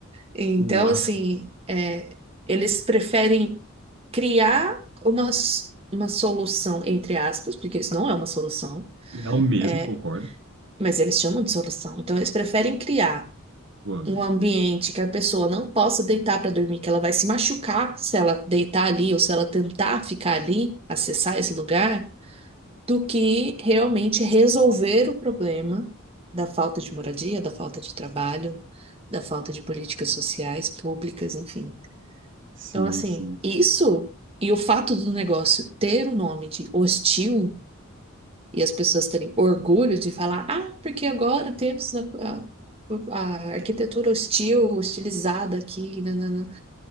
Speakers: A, on the right (about 30°); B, on the right (about 60°).
A: Então,
B: Uau!
A: assim, é, eles preferem criar uma, s- uma solução, entre aspas, porque isso não é uma solução,
B: Não mesmo,
A: é,
B: concordo.
A: mas eles chamam de solução. Então, eles preferem criar
B: Uau.
A: um ambiente que a pessoa não possa deitar para dormir, que ela vai se machucar se ela deitar ali ou se ela tentar ficar ali, acessar esse lugar do que realmente resolver o problema da falta de moradia, da falta de trabalho, da falta de políticas sociais, públicas, enfim.
B: Sim,
A: Então, assim,
B: sim.
A: isso e o fato do negócio ter o nome de hostil e as pessoas terem orgulho de falar, ah, porque agora temos a, a- a arquitetura
B: É,
A: hostil, hostilizada aqui, nanana.